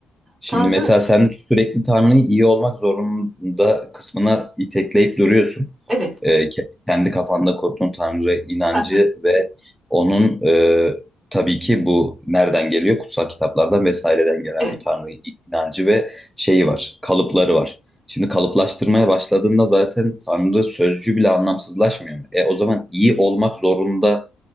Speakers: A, in the centre; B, on the right.
A: Şimdi
B: Tanrı
A: mesela sen sürekli Tanrı'yı iyi olmak zorunda kısmına itekleyip duruyorsun.
B: evet
A: Ee, ke- kendi kafanda kurduğun Tanrı inancı
B: Aha,
A: ve onun e, tabii ki bu nereden geliyor? Kutsal kitaplardan vesaireden gelen
B: evet
A: bir Tanrı inancı ve şeyi var, kalıpları var. Şimdi kalıplaştırmaya başladığında zaten Tanrı sözcüğü bile anlamsızlaşmıyor. E o zaman iyi olmak zorunda